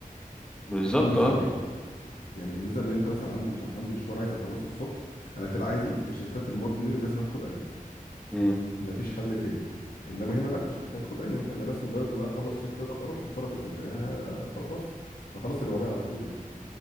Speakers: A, on the left; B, in the centre.
A: يمكن
B: بالظبط
A: دي الميزه
B: اه
A: الوحيده يعني الميزه ان انت مثلا عندي مش عندي مشوار عايز اخلصه الصبح انا في العادي في شفتات المورنينج لازم اخد انيول
B: مم.
A: مفيش حل تاني انما هنا لا مش محتاج اخد انيمال انا بس مجرد ان انا اخلص شيفت وابقى اروح ان شاء الله باذن الله خلاص هخلص اللي ورايا على طول يعني